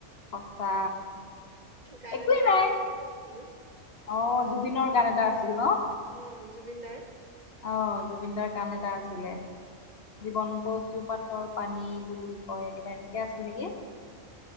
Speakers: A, on the left; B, on the right.
A: সঁচা।
B: গান
A: একোৱে
B: এটা
A: নাই
B: আছে যে কি ভাল বুলি
A: অ' জুবিনৰ গান এটা আছে আছিল ন'
B: অ' জুবিনদাৰ
A: অ' জুবিন দাৰ গান এটা আছিলে জীৱন কচু পাতৰ পানী বুলি কয় কিবা এনেকে আছিল নেকি